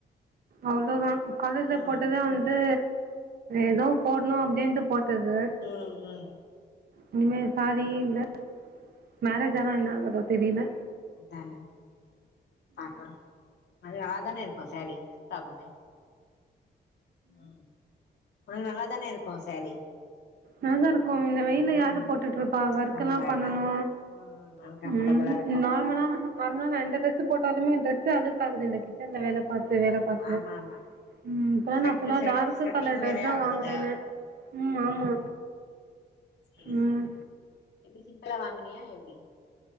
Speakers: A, on the right; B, on the left.
A: அவ்ளோதா காலேஜல
B: ம்
A: போட்டது வந்து எதோ போடணும் அப்டின்ட்டு போட்டது
B: ம் ம்
A: இனிமே சேரி இல்ல மேரேஜ் ஆனா என்ன ஆகுதோ தெரில
B: ஆ <unintelligible> ப்க அது நல்லா தான இருக்கும் சாரீ சூட் ஆகுமே ம் உனக்கு நல்லாதான இருக்கும் சாரி
A: நல்லாதா இருக்கோ இந்த வெயில யாரு
B: ம்
A: போட்டுட்டு இருப்பா ஒர்க்
B: அந்த
A: எல்லா
B: மாரிதா
A: பண்ணனு
B: ம் அன்கம்ஃபர்டபுளா
A: ம்
B: இருக்கு
A: நார்மலா நார்மலா நா எந்த டிரெஸ் போட்டாலுமே டிரெஸ் அழுக்கு ஆகுது கிச்சன் ல வேல பார்த்து
B: ம்
A: வேல பார்த்து
B: ஆமா ஆமா
A: ம் இப்லா
B: செட்டு
A: நா ஃபுல்லா
B: செட்
A: டார்க்
B: செட்டிங்
A: கலர்
B: வேற
A: ட்ரெஸ் தா
B: ஆகுதுல்ல
A: வாங்குறனே ம் ஆமா
B: செரி
A: ம்
B: செரி எப்டி சிம்பிளா வாங்கனியா எப்டி